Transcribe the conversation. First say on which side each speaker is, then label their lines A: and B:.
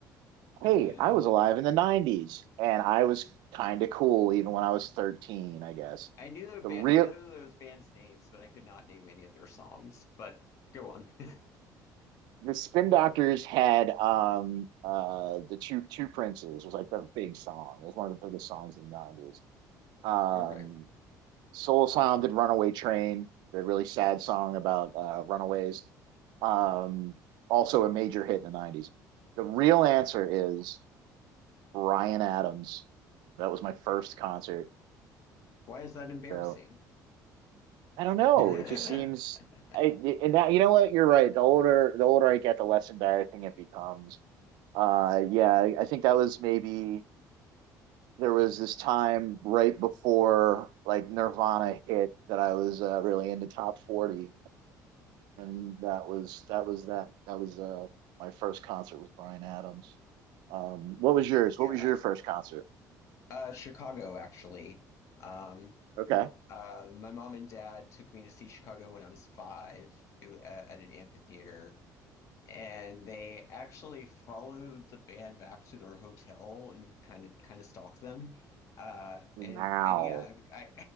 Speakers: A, on the left; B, on the right.
A: <laughs> I
B: hey, I was alive in the 90s and I was kind of cool even when I was 13, I guess.
A: knew the band.
B: The real
A: I know those bands' names, but I could not name any of their songs. But go on. <laughs>
B: the Spin Doctors had um uh the two two princes It was like their big song. It was one of the biggest songs in the 90s. Um
A: Okay.
B: Soul Sound did Runaway Train, the really sad song about uh, runaways. Um, also a major hit in the 90s. The real answer is Brian Adams. That was my first concert.
A: Why is that embarrassing?
B: So I don't know.
A: <laughs>
B: It just seems I and that you know what? You're right. The older the older I get, the less embarrassing it becomes. Uh yeah, I- I think that was maybe there was this time right before like Nirvana hit that I was uh, really into top 40 and that was that was that that was uh my first concert with Brian Adams. Um, what was yours? What
A: Yeah,
B: was your first concert?
A: uh, Chicago actually. Um,
B: Okay.
A: Uh, my mom and dad took me to see Chicago when I was five it, at, at an amphitheater. And they actually followed the band back to their hotel and kind of kind of stalked them. Uh,
B: Wow.
A: and and yeah, I